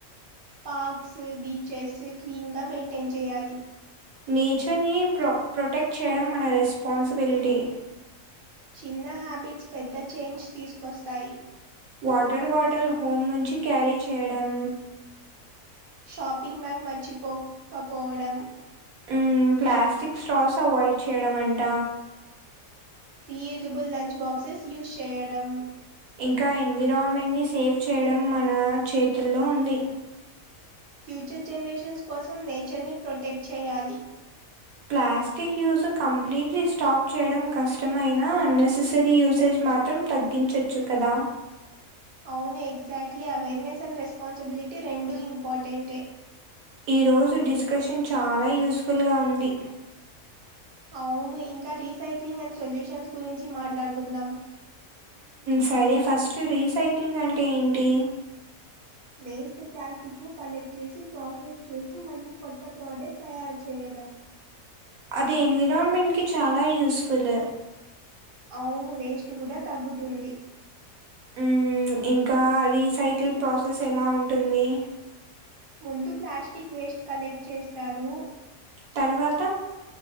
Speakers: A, on the right; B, on the right.
A: పార్క్స్ బీచెస్ క్లీన్ గా మెయింటైన్ చేయాలి
B: నేచర్ని ప్ర ప్రొటెక్ట్ చేయడం మన రెస్పాన్సిబిలిటీ
A: చిన్న హ్యాబిట్స్ పెద్ద చేంజ్ తీసుకొస్తాయి
B: వాటర్ బాటిల్ హోమ్ నుంచి క్యారీ చేయడం
A: షాపింగ్ బ్యాగ్ మర్చిపోకపోవడం
B: ఉమ్ ప్లాస్టిక్ స్ట్రాస్ అవాయిడ్ చేయడం అంట
A: రియూజిబుల్ లంచ్ బాక్సెస్ యూస్ చేయడం
B: ఇంకా ఎన్విరాన్మెంట్ ని సేవ్ చేయడం మన చేతుల్లో ఉంది
A: ఫ్యూచర్ జనరేషన్స్ కోసం నేచర్ ని ప్రొటెక్ట్ చేయాలి
B: ప్లాస్టిక్ యూజ్ కంప్లీట్లీ స్టాప్ చేయడం కష్టమైనా అన్నెసెసరీ యూసేజ్ మాత్రం తగ్గి తగ్గించవచ్చు కదా
A: అవును ఎగ్జాక్ట్లీ అవేర్నెస్ అండ్ రెస్పాన్సిబిలిటీ రెండూ ఇంపార్టెంట్టే
B: ఈ రోజు డిస్కషన్ చాలా యూస్ఫుల్గా ఉంది
A: అవును ఇంకా రీసైక్లింగ్ అండ్ సొల్యూషన్స్ గురించి మాట్లాడుకుందాం
B: సరే ఫస్ట్ రీసైక్లింగ్ అంటే ఏంటి
A: వేస్ట్ ప్లాస్టిక్ ని కలెక్ట్ చేసి ప్రాసెస్ చేసి మళ్ళీ కొత్త ప్రోడక్ట్ తయారు చేయడం
B: అది ఎన్విరాన్మెంట్కి చాలా యూస్ఫుల్
A: అవును వేస్ట్ కూడా తగ్గుతుంది
B: మ్మ్, ఇంకా రీసైకిల్ ప్రాసెస్ ఎలా ఉంటుంది
A: ముందు ప్లాస్టిక్ వేస్ట్ కలెక్ట్ చేస్తారు
B: తర్వాత